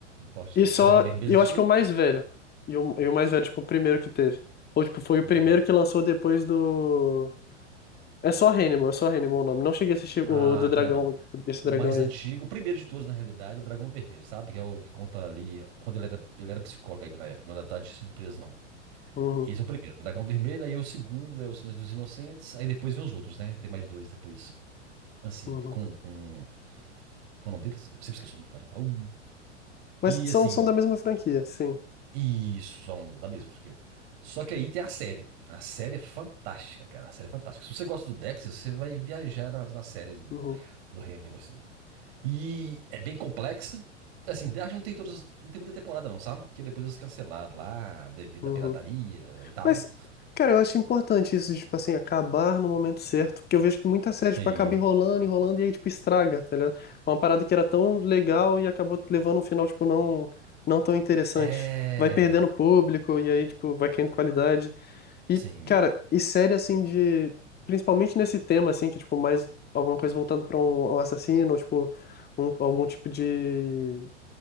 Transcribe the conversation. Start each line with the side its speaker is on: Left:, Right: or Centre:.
Right: Forte.
Left: e só,
Right: Dragão Vermelho,
Left: eu
Right: você assistiu?
Left: acho que é o mais velho. E o, e o mais velho, tipo, o primeiro que teve. Ou, tipo, foi o
Right: Dragão.
Left: primeiro que lançou depois do... É só Hannibal, é só Hannibal o nome. Não cheguei a assistir
Right: Ah,
Left: o do dragão,
Right: então não é não.
Left: esse
Right: O
Left: dragão
Right: mais
Left: aí.
Right: antigo, o primeiro de todos, na realidade, é o Dragão Vermelho, sabe? Que é o que conta ali, quando ele era, ele era psicólogo ainda na época, não era tarde de surpresa, não.
Left: Uhum,
Right: Esse é o primeiro, Dragão Vermelho, aí o segundo é O Silêncio dos Inocentes, aí depois vem os outros, né? Tem mais dois depois, assim,
Left: uhum.
Right: com, com, com o nome deles, eu sempre esqueço o nome do cara. Uh,
Left: Mas
Right: E
Left: são,
Right: assim,
Left: são da mesma franquia, sim.
Right: isso, são da mesma porque- Só que aí tem a série, a série é fantástica, cara, a série é fantástica. Se você gosta do Dexter, você vai viajar na, na série
Left: Uhum,
Right: do Hannibal, assim. E é bem complexa, assim, acho que não tem todas, não tem muita temporada não, sabe? Porque depois eles cancelaram lá, devido
Left: uhum.
Right: à pirataria e tal.
Left: Mas, cara, eu acho importante isso, de, tipo assim, acabar no momento certo, porque eu vejo que muita série,
Right: Sim,
Left: tipo, acaba enrolando, enrolando e aí, tipo, estraga, tá ligado? Uma parada que era tão legal e acabou levando um final, tipo, não, não tão interessante.
Right: é...
Left: Vai perdendo público e aí, tipo, vai caindo qualidade.
Right: Sim.
Left: E, cara, e série, assim, de... Principalmente nesse tema, assim, que, tipo, mais alguma coisa voltada pra um, um assassino, ou, tipo, um- algum tipo de